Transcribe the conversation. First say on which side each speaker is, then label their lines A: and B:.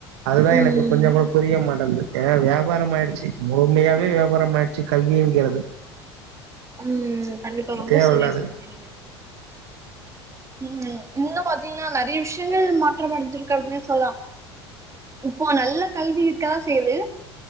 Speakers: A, on the right (about 65°); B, on the right (about 20°).
A: அதுதா
B: ம்
A: எனக்கு கொஞ்சோ கூட குமாட்டன்து ஏ வியாபாரமாயிடுச்சி முழுமையாவே வியாபாரம் ஆயிடுச்சி கல்வியிங்றது
B: ம் கண்டிப்பா ரொம்ப
A: தேவயில்லாது
B: சரியா சொன்னீங்க ம் இன்னும் பாத்தீங்கன்னா நறயா விஷயங்கள் மாற்றம் அடைஞ்சிருக்கு அப்டின் சொல்லலாம் இப்போ நல்ல கல்வி இருக்கா செய்து